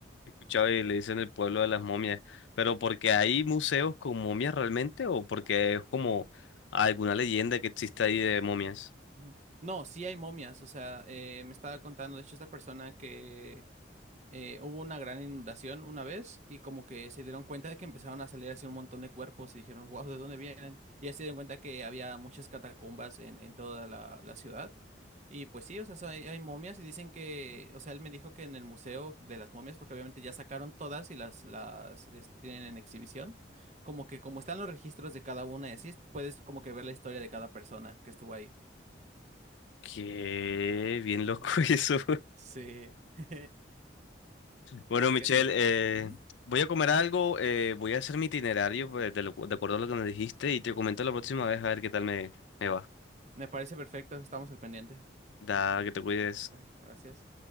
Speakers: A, on the left; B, on the right.
A: He escuchado y le dicen el pueblo de las momias, pero porque hay museos con momias realmente o porque es como alguna leyenda que existe ahí de momias.
B: Ujú. No, sí hay momias. O sea, eh, me estaba contando, de hecho, esta persona que eh, hubo una gran inundación una vez y como que se dieron cuenta de que empezaron a salir así un montón de cuerpos y dijeron, wow, ¿de dónde vienen? Y ya se dieron cuenta que había muchas catacumbas en, en toda la, la ciudad. Y pues sí, o sea, so- hay, hay momias y dicen que, o sea, él me dijo que en el museo de las momias, porque obviamente ya sacaron todas y las, las es- tienen en exhibición, como que como están los registros de cada una y así, puedes como que ver la historia de cada persona que estuvo ahí.
A: Qué bien
B: Mm,
A: loco <laughs> eso.
B: Sí, <laughs>
A: Bueno,
B: así
A: Michelle,
B: que sí.
A: eh,
B: Ujú.
A: voy a comer algo, eh, voy a hacer mi itinerario pues, de, lo- de acuerdo a lo que me dijiste y te comento la próxima vez a ver qué tal me, me va.
B: Me parece perfecto, estamos al pendiente.
A: Da, que te cuides.
B: Bueno, gracias.